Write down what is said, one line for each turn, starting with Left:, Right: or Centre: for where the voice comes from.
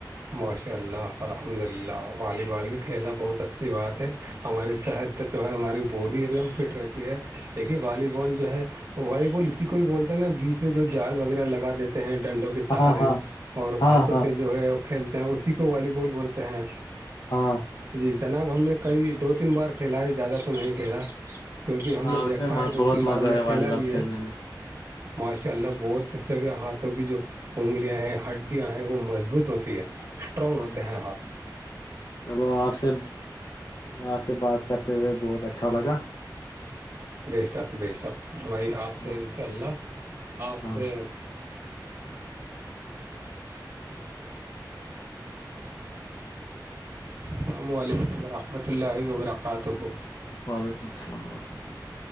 Right: ماشاء اللہ الحمد للہ والی بال بھی کھیلنا بہت اچھی بات ہے ہماری صحت تک جو ہے ہماری باڈی ایک دم فٹ رہتی ہے دیکھین والی بال جو ہے والی بول اسی کو بھی بولتا ہے نا بیچ میں جو جال وغیرہ لگا دیتے ہیں ڈنڈوں کو کے
Left: ہاں
Right: سہارے
Left: ہاں
Right: اور
Left: ہاں
Right: ہاتھوں
Left: ہاں
Right: سے جو ہے کھیلتے ہیں اسی کو والی بال بولتے ہیں
Left: ہاں
Right: جی جناب ہم نے کئی دو تین بار کھیلا ہے زیادہ تو نہیں کھیلا کیونکہ ہم
Left: ہاں
Right: نے
Left: اس
Right: دیکھا
Left: میں
Right: ہے دو
Left: بہت
Right: تین بار
Left: مزہ
Right: ہم نے
Left: ہے
Right: کھیلا
Left: والی بال
Right: بھی ہے
Left: کھیلنے میں
Right: ماشاء اللہ بہت اس سے کے ہاتھوں کی جو انگلیاں ہیں ہڈیاں ہیں وہ مضبوط ہوتی ہے اسٹرانگ
Left: ہاں
Right: ہوتے ہیں ہاتھ
Left: چلو آپ سے آپ سے بات کرتے ہوئے بہت اچھا لگا
Right: بے شک بے شک فرمائی آپ
Left: ہاں
Right: سے ان شاء اللہ آپ
Left: ہاں
Right: سے السلام علیکم ورحمۃ اللہ وبرکاتہ
Left: وعلیکم السل ورحمۃ اللہ